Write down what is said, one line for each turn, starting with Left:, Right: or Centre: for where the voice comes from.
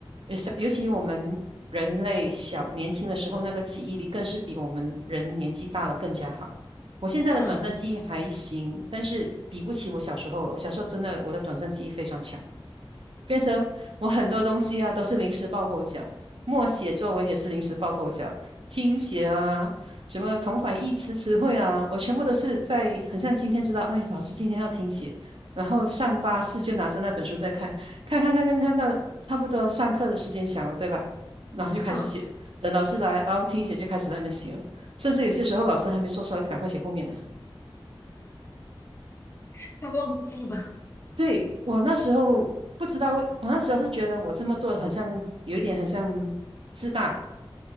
Right: 呃小尤其我们人类小年轻的时候，那个记忆力更是比我们人年纪大了更加好。我现在的短暂记忆还行，
Left: 嗯
Right: 但是比不起我小时候了我小时候真的我的短暂记忆非常强。变成我很多东西啊都是临时抱佛脚，默写作文也是临时抱佛脚，听写啊，什么同反义词词汇啊，我全部都是在很像今天知道，哎，老师今天要听写，然后上巴士就拿着那本书在看，看看看看看到差不多上课的时间响了，对吧？然后就开始写，
Left: 嗯，
Right: 等老师来，然后听写就开始在那边写了，甚至有些时候老师还没说出来就赶快写后面的。
Left: <laughs> 他忘记吗？
Right: 对，我那时候不知道为，我那时候是觉得我这么做很像有一点很像自大，